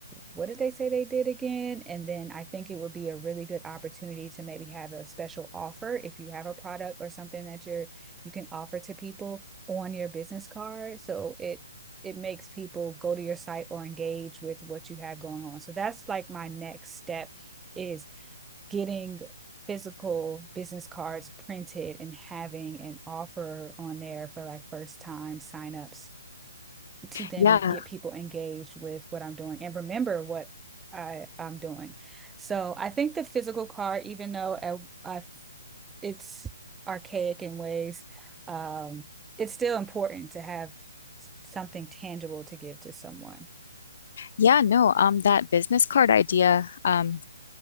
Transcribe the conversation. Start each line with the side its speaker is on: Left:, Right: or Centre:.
Centre: what did they say they did again and then i think it would be a really good opportunity to maybe have a special offer if you have a product or something that you're you can offer to people on your business card so it it makes people go to your site or engage with what you have going on. So that's like my next step is getting physical business cards printed and having an offer on there for like first time signups to then
Left: Yeah.
Centre: get people engaged with what I'm doing and remember what I, I'm doing. So I think the physical card, even though I, I it's archaic in ways. Um, it's still important to have something tangible to give to someone.
Left: Yeah, no, um, that business card idea, um,